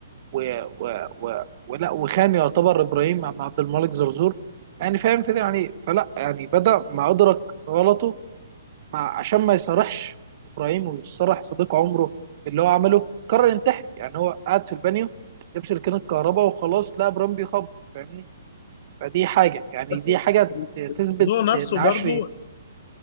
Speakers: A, on the right (about 45°); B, on the left (about 45°).
A: و و و ولا وخان يعتبر ابراهيم مع عبد الملك زرزور يعني فاهم كده يعني إيه؟ فلا يعني بدأ ما أدرك غلطه مع عشان ما يصرحش ابراهيم ويصرح صديق عمره اللي هو عمله قرر ينتحر يعني هو قاعد في البانيو لبس كان الكهرباء وخلاص لا ابراهيم بيخبط فاهمني فدي حاجه يعني
B: بس
A: دي حاجه تثبت
B: الموضوع نفسه
A: ان عشري
B: برضو